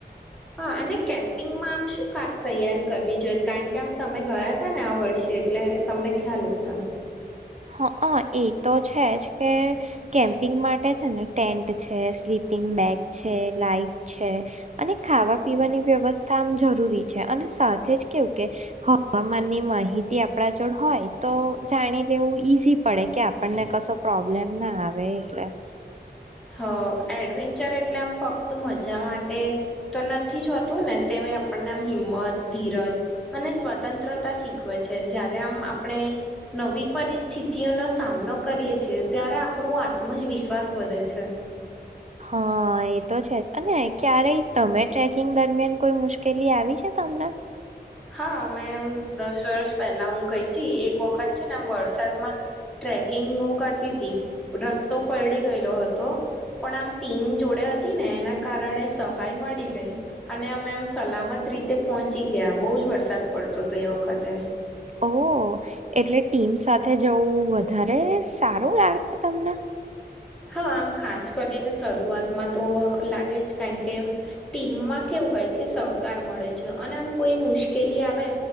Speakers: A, in the centre; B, on the right (about 40°).
A: હા, અને કેમ પિંગમાં આમ શું ખાસ તૈયારી કરવી જોઈએ કારણ કે આમ તમે ગયા હતા ને આ વર્ષે એટલે તમને ખ્યાલ લસન
B: હક એ તો છે જ કે કેમ્પિંગ માટે છે ને ટેન્ટ છે સ્લીપ થીન બેગ છે લાઈટ છે અને ખાવા પીવાની વ્યવસ્થા આમ જરૂરી છે અને સાથે જ કેવું કે હવામાનની માહિતી આપણા જોડ હોય તો જાણી જેવું ઈઝી પડે કે આપણને કશો પ્રોબ્લેમ ના આવે એટલે.
A: હ એડવેન્ચર એટલે આમ ફક્ત મજા માટે તો નથી જ હોતું ને તેમે તે આપણને આમ હિંમત ધીરજ અને સ્વતંત્રતા શીખવે છે જ્યારે આમ આપણે નવી પરિસ્થિતિઓનો સામનો કરીએ છીએ ત્યારે આપણું આત્મજ વિશ્વાસ વધે છે. હ
B: હા, એ તો છે જ અને ક્યારેય તમે ટ્રેકિંગ દરમિયાન કોઈ મુશ્કેલી આવી છે તમને.
A: હા, મેં એમ દસ વર્ષ પહેલા હું ગઈ હતી એક વખત છે ને એમ વર્ષ તરમાં ટ્રેકિંગ કરતી હતી રસ્તો પલડી ગયેલો હતો પણ આમ પીન જોડે હતી ને એના કારણે સ ભાઈ મળી ગઈ અને અમે એમ સલામત રીતે પહોંચી ગયામ બહુ જ વરસાદ પડતો તો એ વખતે
B: ઓ એટલે ટીમ સાથે જવું વધારે સારું લાગે તમને?
A: હા, આમ ખાસ કરીને શરૂઆતમાં તો લાગે જ કાન કેમ ટીમમાં કે તો હોય કે સહકાર મળે છે અને આમ કોઈ મુશ્કેલી આવે